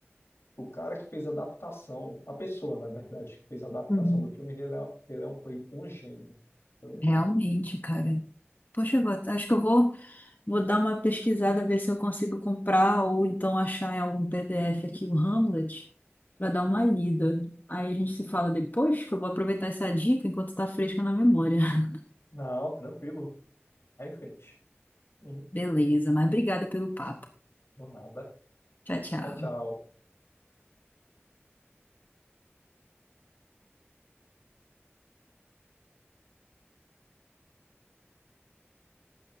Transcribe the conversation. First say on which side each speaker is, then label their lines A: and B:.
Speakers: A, on the left; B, on the left.
A: o cara que fez a adaptação, a pessoa, na verdade, que fez a adaptação
B: Uhum.
A: do filme Rei Leão Rei Leão foi um gênio. Foi um gênio.
B: Realmente, cara. Poxa, eu vou- acho que eu vou, vou dar uma pesquisada, ver se eu consigo comprar ou então achar em algum PDF aqui o Hamlet para dar uma lida. Aí a gente se fala depois, que eu vou aproveitar essa dica enquanto está fresca na memória. <laughs>
A: Não, tranquilo. Vai em frente. Uhum.
B: Beleza, mas obrigada pelo papo.
A: Não nada.
B: Tchau, tchau.
A: Tchau, tchau.